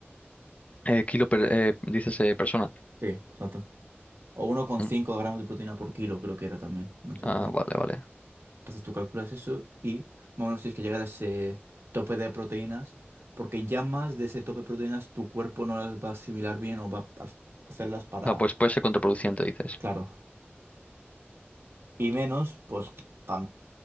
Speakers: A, on the left; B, on the right.
A: Eh, kilo per- eh, dices eh, persona.
B: Sí, exacto. O uno coma
A: Mm,
B: cinco gramos de proteína por kilo, creo que era también. No sé,
A: Ah, vale, vale.
B: Entonces tú calculas eso y más o menos tienes que llegar a ese tope de proteínas, porque ya más de ese tope de proteínas tu cuerpo no las va a asimilar bien o va a hacerlas para...
A: Ah, pues puede ser contraproducente, dices.
B: Claro. Y menos, pues, pam.